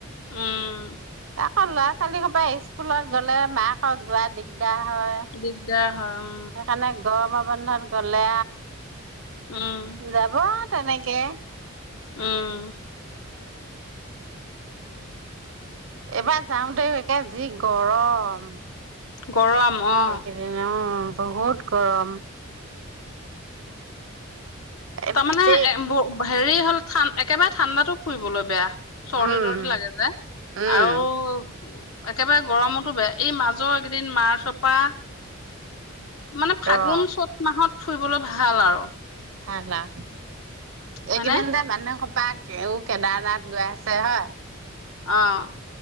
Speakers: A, on the left; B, on the right.
A: আহ
B: আকৌ ল'ৰা ছোৱালী সোবাই স্কুলত গ'লে মাকত যোৱা দিগদাৰ হয়
A: দিগদাৰ হয় উম
B: সেইকাৰণে গৰমত বাৰ গলে
A: উম
B: যাব তেনেকৈ
A: আঁহ
B: এইবাৰ যাওঁ দে একে যি গৰম
A: গৰম অঁ
B: সেইকেইদিন অ বহুত গৰম এতে
A: তাৰমানে হেৰি হ'ল ঠ একেবাৰে ঠাণ্ডাতো ফুৰিবলৈ বেয়া চৰ্দি
B: উম
A: তৰ্দি লাগে যে
B: উম
A: আৰু উ একেবাৰে গৰমতো বেয়া এই মাজৰ এইকেইদিন মাৰ্চৰ পৰা মানে ফাগুন
B: অ
A: চ'ত মাহত ফুৰিবলৈ ভাল আৰু
B: ভাল আৰু
A: হয়নে
B: এইদিনকেইট যে মানে তাকেই কেদাৰনাথ গৈ আছে হয়
A: অঁ